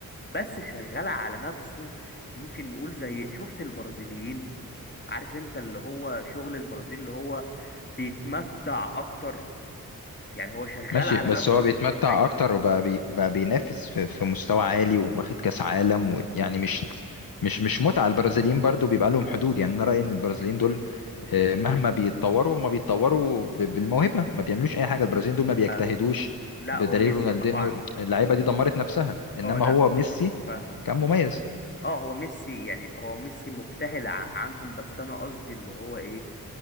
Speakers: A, on the left; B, on the left.
A: بس شغال على نفسه ممكن نقول زي شفت البرازيليين عارف انت اللي هو شغل البرازيل اللي هو بيتمتع اكتر يعني هو شغال
B: ماشي
A: على
B: بس
A: نفسه
B: هو بيتمتع
A: الطبيعي
B: اكتر وبقى بي بقى بينافس في, في مستوى عالي واخد كاس عالم ويعني مش مش مش متعة البرازيليين برضو بيبقى لهم حدود يعني انا رأيي ان البرازيليين دول آه، مهما بيتطوروا هما بيتطوروا ب- بالموهبة ما بيعملوش اي حاجة البرازيليين دول ما بيجتهدوش
A: فاهمك لا
B: بدليل
A: هو ميسي
B: رونالدينو
A: طبعا
B: اللعيبة دي دمرت نفسها انما
A: اه لا
B: هو ميسي
A: فاهمك
B: كان مميز
A: اه هو ميسي يعني هو ميسي مجتهد ع- عنهم بس انا قصدي اللي هو ايه